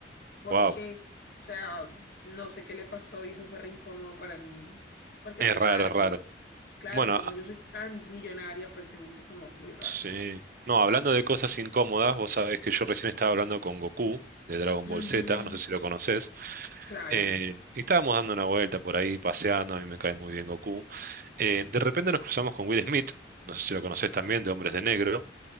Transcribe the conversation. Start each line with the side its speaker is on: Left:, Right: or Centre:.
Left: porque,
Right: Wow.
Left: o sea, no sé qué le pasó y eso fue re incómodo para mí. Porque
Right: Es
Left: tú
Right: raro,
Left: sabes,
Right: es raro.
Left: eh, pues, claro,
Right: Bueno,
Left: y como
Right: ah,
Left: yo soy tan millonaria, pues se me hizo como muy raro.
Right: sí. No, hablando de cosas incómodas, vos sabés que yo recién estaba hablando con Goku de Dragon
Left: Ujú,
Right: Ball Z, no sé si lo conocés.
Left: claro.
Right: Eh, y estábamos dando una vuelta por ahí, paseando, a mí me cae muy bien Goku. Eh, de repente nos cruzamos con Will Smith, no sé si lo conocés
Left: Ah,
Right: también, de Hombres de Negro.